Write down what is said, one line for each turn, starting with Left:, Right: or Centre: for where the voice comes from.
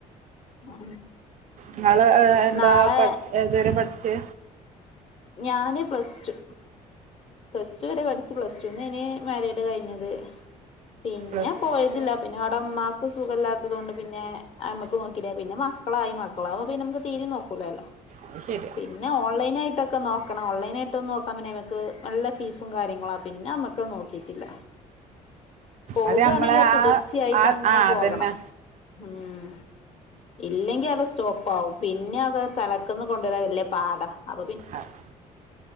Left: ആ
Right: ങ്ങള്ൾ എന്താ
Left: നാളെ
Right: ഏതുവരെ പഠിച്ച്
Left: ഞാന് പ്ലസ് ടു പ്ലസ് ചൂരെ പഠിച്ചു പ്ലസ് ടുന്ന് ഇന് മരിയേഡ് കഴിഞ്ഞത് പിന്നെ
Right: പ്ലസ്
Left: പോയതില്ല
Right: ടു
Left: പിന്നെ അവിടെ അമ്മാക്ക് സുഖമല്ലാത്തത് കൊൊണ്ട് പിന്നെ അ അമ്മക്ക് നോക്കില്ലേ പിന്നെ മക മക്കളായി മക്കളാവ്പോന്നെ നമുക്ക് തീരി നോക്കൂലല്ലോ
Right: അത് ശരിയാ
Left: പിന്നെ ഓൺലൈൻ ആയിട്ടൊ ഓൺലൈനായിയിട്ട്ന്നന്ന് നോക്കാൻന്നെമക്ക് നല്ല ഫീസും കാര്യങ്ങള ആ പിന്നെ നമ്മക്ക് നോക്കിട്ടില്ല <inaudible> പോകയാണെങ്കിൽ
Right: അത് നമ്മളെ
Left: ആ തുടർച്ചയായിട്ട്
Right: ആ
Left: അങ്ങനെ
Right: ആ
Left: പോകണം
Right: അതന്നെ
Left: ഉം ഇല്ലെങ്കി അടെ സ്റ്റോപ്പ ആാവും പിന്നെ അത്െ തലക്കന്ന് കൊണ്ടുവരാൻ വലിയ പാടാ അപ
Right: അത്